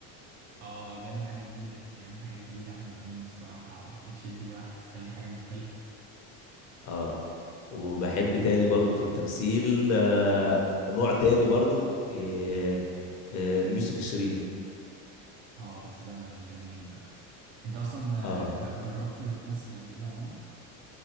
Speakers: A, on the right; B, on the left.
A: اه هو بيعمل حاجه جديده بيعمل حاجات جديده احمد امين الصراحه بتشد الواحد تخليه حاجه مختلفه
B: اه وبحب تاني برضو في التمثيل آه نوع تاني برضو إيه آه يوسف الشريف
A: اه ده الزمن الجميل بقى انت اصلا
B: اه
A: آه، ج- جربت تمثل قبل كده يا محمد